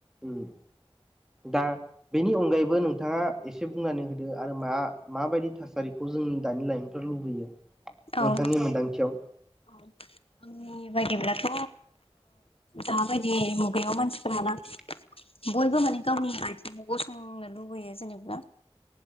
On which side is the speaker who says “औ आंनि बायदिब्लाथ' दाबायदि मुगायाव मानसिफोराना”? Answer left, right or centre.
Left